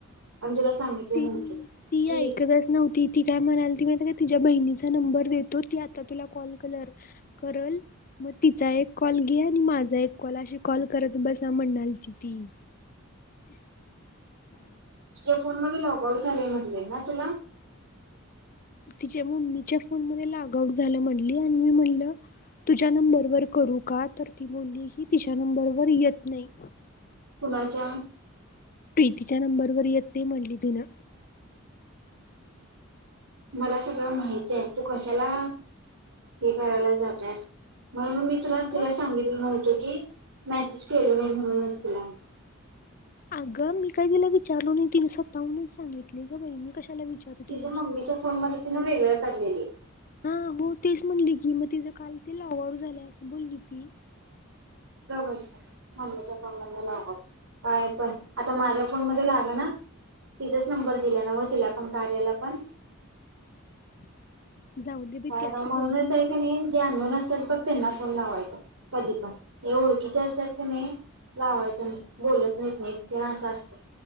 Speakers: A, on the right; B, on the left.
A: आणि तिला सांगितलं
B: ती
A: नव्हतं
B: ती
A: की
B: ऐकतच नव्हती ती काय म्हणाल ती माहितेका तिच्या बहिनीचा नंबर देतो ती आता तुला कॉल करेल मग तिचा एक कॉल घे आणि माझा एक कॉल अशी कॉल करत बसा म्हणाल की ती. <inaudible>
A: माझ्या फोन मधून लॉग आऊट झाला असं म्हटली होती ना ती तुला
B: तिच्या मम्मीच्या फोन मध्ये लॉग आऊट झालं म्हणली आणि मी म्हणलं तुझ्या नंबरवरर करू का तर ती बोलली मुली ह तिच्या्या नंबरवर येत नाही.
A: कुणाच्या
B: तिच्या नंबरवरर येत नाही म्हणली तिनं.
A: मला सगळं माहित आहे तू कशाला. हे करायला जात्यास म्हणून मी. तुला
B: का
A: तुला सांगितलं नव्हतं की मेसेज केल नाही म्हणूनच तुला.
B: अगं मी काही तिला विचारलो नाही तिन स्वतःहूनच सांगितले ग बाई मी कशाला विचारू
A: तिच्या
B: तिला
A: मम्मीच्या फोन मध्ये तिनं वेगळं काढलेली.
B: हा हो तेच म्हणली की मग तिचां काल तिलावाडू झालंय असं बोलली ती
A: बघ चांगल्याच्या पंगना ला काय पण आता माझ्या फोन मध्ये लाग ना. तिचाच नंबर गेला ना म तिला पण कार्याला पण
B: <inaudible> बाई
A: हरा
B: ती अशी
A: म्हणूनच
B: बोलली मी
A: आहे की
B: तर
A: नाही जे आंधन असतात बघ त्यांना फोन लावायचा कधी पण हे ओळखीचे असतात का नाही. लावायचं नाही बोलत नाहीत नाही ना असं असतं